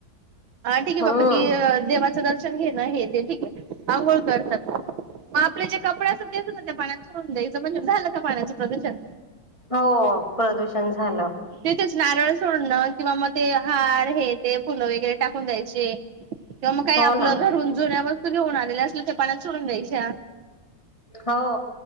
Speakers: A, on the right; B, on the left.
A: हा ठीक हे
B: हम्म
A: बाबा की अ, देवाचं दर्शन घे न, हे ते ठीक आंघोळ करतात. मग आपले जे कपडे असातात ते अस ना त्या पाण्यात सोडून द्यायच म्हणजे, झाल का पाण्याच प्रदूषण?
B: हो प्रदूषण झाल.
A: तिथेच नारळ सोडण किंवा मग ते हार हे ते फुल वगैरे टाकून द्यायचे. किवा मग काही
B: हो
A: आपल
B: ना
A: घरून जुन्या वस्तू घेऊन आलेल्या असल, ते पाण्यात सोडून द्यायच्या.
B: हो.